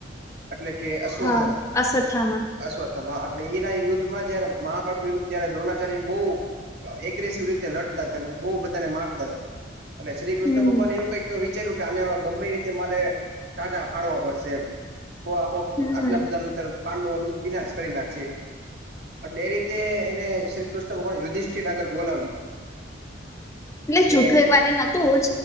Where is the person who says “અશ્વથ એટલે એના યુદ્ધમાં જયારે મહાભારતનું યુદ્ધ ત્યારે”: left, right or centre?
Right